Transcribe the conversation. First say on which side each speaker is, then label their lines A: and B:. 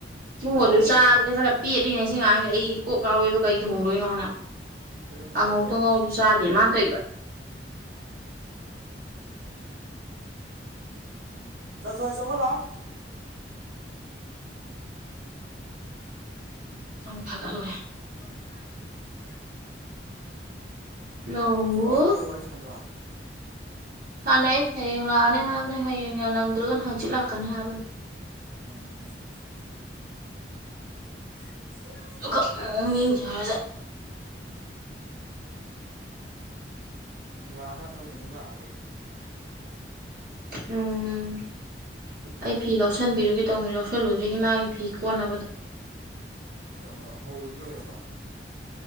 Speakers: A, on the right (about 55°); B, on the right (about 75°).
A: ꯏꯣ
B: ꯏꯕꯨꯡꯉꯣꯁꯨ
A: ꯑꯗꯨ
B: ꯑꯩꯉꯣꯟꯗ
A: ꯆꯥꯕꯗ
B: ꯐꯣꯟ
A: ꯈꯔ ꯄꯦꯂꯤꯅꯦ ꯏ ꯑꯥꯡꯁꯦ ꯑꯩ ꯀꯣꯛ ꯀꯥꯎꯋꯦꯕ ꯀꯩ ꯊꯣꯡꯗꯣꯏꯅꯣ ꯍꯥꯟꯅ
B: ꯑꯩꯉꯣꯟꯗ
A: ꯀꯥꯡꯉꯧ
B: ꯐꯣꯟ ꯇꯧꯔꯛꯑꯝꯕꯅꯤ
A: ꯇꯉꯧꯁꯨ ꯆꯥꯗꯦ ꯃꯥꯟ ꯇꯣꯏꯏꯕ
B: ꯆꯊꯋꯥꯏ ꯆ ꯑꯣ ꯂꯥꯛ
A: ꯎ ꯁꯨꯝ ꯐꯥꯒꯠꯂꯨꯔꯦ
B: <unintelligible>
A: ꯂꯧꯎ
B: ꯅꯅꯨꯡꯗꯤ ꯋꯥꯔꯤ ꯆꯟꯗ꯭ꯔꯥ
A: ꯐꯥꯟꯅꯩ ꯍꯌꯦꯡ ꯂꯥꯛꯑꯅꯤ ꯍꯥꯏꯕꯅꯦ ꯍꯌꯦꯡ ꯅꯪꯗ꯭ꯔꯒꯅ ꯍꯪꯆꯤꯠ ꯂꯥꯛꯀꯅꯤ ꯍꯥꯏꯕꯅꯦ
B: ꯎꯝ <unintelligible>
A: ꯑꯗꯨꯒꯛ ꯌꯦꯡꯖꯔꯁꯠ
B: ꯑꯃꯨꯛ ꯂꯥꯛꯑꯀꯥꯟꯗ ꯑꯣꯏꯅ ꯑꯃꯨꯛ ꯂꯥꯛꯑꯒꯦꯗꯤ <unintelligible>
A: ꯎꯝ ꯑꯩ ꯐꯤ ꯂꯧꯁꯟꯕꯤꯔꯨꯒꯦ ꯇꯧꯅꯤ ꯂꯧꯁꯜꯂꯨꯗ꯭ꯔꯦ ꯏꯃꯥꯒꯤ ꯐꯤ ꯀꯣꯟꯅꯕꯗ
B: ꯑ ꯍꯧꯕꯗꯤ ꯂꯣꯏꯈ꯭ꯔꯔꯕ